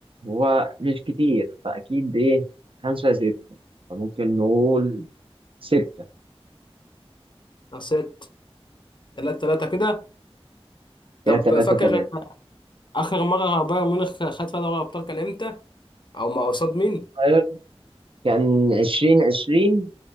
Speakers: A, on the right; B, on the left.
A: هو مش كتير فأكيد إيه خمسة يا ستة فممكن نقول ستة
B: آه، ست تلاتة تلاتة كده طب
A: كده تلاتة
B: فاكر
A: تلاتة
B: آخر مرة بايرن ميونخ خد فيها دوري أبطال كان إمتى؟ أو مع قصاد مين؟
A: طيب، كان عشرين عشرين